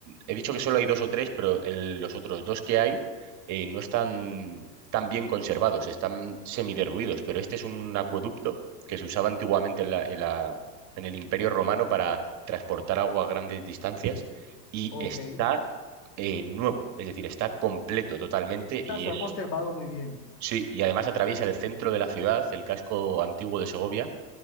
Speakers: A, on the right (about 35°); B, on the left (about 80°).
A: he dicho que solo hay dos o tres, pero el- los otros dos que hay eh, no están tan bien conservados, están semiderruidos, pero este es un acueducto que se usaba antiguamente en la- en la- en el Imperio Romano para transportar agua a grandes distancias y
B: ok,
A: está eh, nuevo, es decir, está completo totalmente
B: está-
A: y
B: se
A: es,
B: ha conservado muy bien.
A: sí, y además atraviesa el centro de la ciudad, el casco antiguo de Segovia,